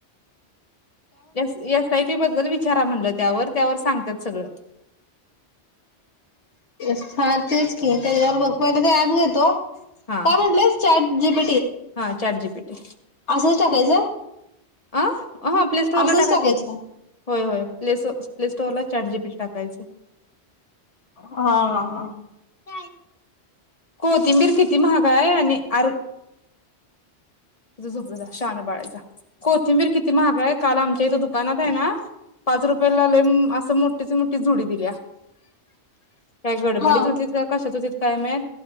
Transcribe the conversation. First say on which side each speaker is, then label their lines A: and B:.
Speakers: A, on the left; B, on the left.
A: स यस य पी ब विचारा म्हण त्या त्यावर सांगतात सगळ
B: छानातच की त्याच्यावर मग पहिले ते ॲप घेतो
A: हा
B: काय म्हटलंस चार जीब
A: हा चॅट जीपीटी
B: असंच टाकायचं
A: अं हा प्ले स्टोअरला
B: असंच
A: टाका
B: टाकायचं
A: होय होय पले तोला चारजीपी टाकायच
B: हा हा हा
A: का कोथिंबीर किती महागा आहे आणि अर ति झोपचा शान बाळाचा कोथिंबीर किती महागा आहे काल आमच्या इथं दुकानात आहे ना पाच रुपयाे लाले असं मोठीच मोठी झुडी दिल्या काय गडबडीत
B: हा
A: होती का कशात होती कायम आहेत